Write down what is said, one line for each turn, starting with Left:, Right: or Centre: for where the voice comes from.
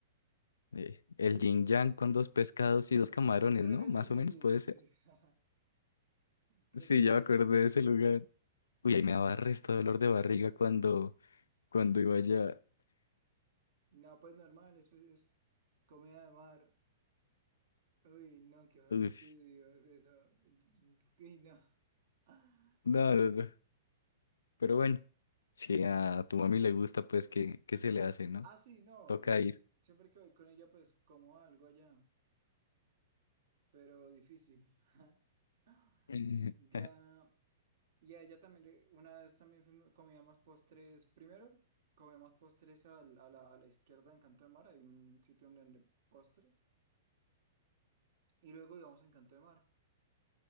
Left: eh, el
Right: Vi-
Left: yin yang con dos pescados y dos camarones,
Right: Creo
Left: ¿no?
Right: que
Left: Más
Right: sí, sí,
Left: o menos
Right: sí,
Left: puede
Right: sí.
Left: ser.
Right: <laughs> Creo
Left: Sí,
Right: que sí.
Left: ya me acordé de ese lugar. Uy, ahí me daba resto dolor de barriga cuando, cuando iba allá.
Right: No, pues normal, es, es comida de mar. Uy, no, qué fastidio
Left: Uf,
Right: es eso. Uy, no. <laughs>
Left: no, no, no. Pero bueno, si a tu mami le gusta, pues que, que se le hace, ¿no?
Right: Ah, sí, no.
Left: Toca
Right: Yo
Left: ir.
Right: siempre que voy con ella, pues como algo allá, pero difícil. <gasps>
Left: <laughs>
Right: Ya, y a ella también, le- una vez también fuimos- comíamos postres. Primero, comíamos postres al- a la, a la izquierda en Canto de Mar. Hay un sitio donde venden postres. Y luego íbamos a Encanto de Mar.